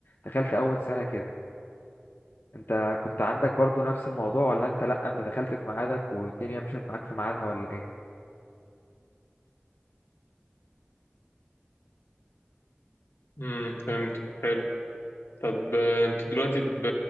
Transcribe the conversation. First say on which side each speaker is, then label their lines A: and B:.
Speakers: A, on the left (about 65°); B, on the left (about 80°).
A: دخلت اول سنة كده انت كنت عندك برضو نفس الموضوع ولا انت لا انت دخلت في ميعادك والدنيا مشيت معاك في ميعادها ولا ايه
B: امم فهمت حلو طب آه، انت دلوقتي ب-